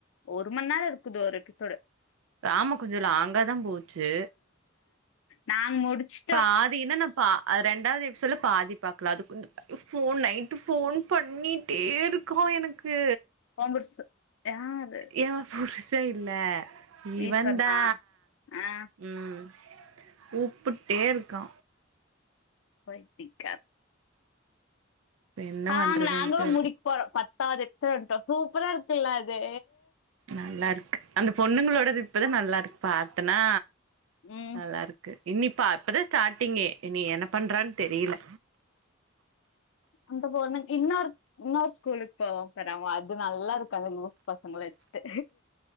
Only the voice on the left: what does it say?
ஒரு மணி நேரோ இருக்குது ஒரு எபிசோடு
நாங் முடிச்சு
கோமர்ஸ் யாரு
ஈஸ்வரனா ஆ
பன்னிக்கப்
நாங்கள
நாங்களு குடிக் போறோ பத்தாவது எக்ஸட்டோ வந்துட்டோ சூப்பரா இருக்குல்ல அது
ம்
அந்த போனு இன்னொரு இன்னொரு ஸ்கூலுக் க ர அது நல்லா இருக்க அது லூஸ் பசங்களை வச்சுட்டு